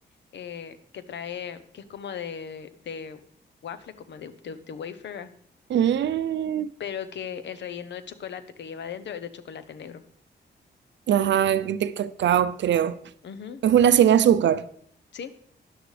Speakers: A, on the left; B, on the right.
A: eh, que trae, que es como de, de waffle, como de, de, de wafer, ah,
B: Mm,
A: pero que el relleno de chocolate que lleva adentro es de chocolate negro.
B: ajá, de cacao, creo.
A: Ujú,
B: Es una sin azúcar.
A: sí,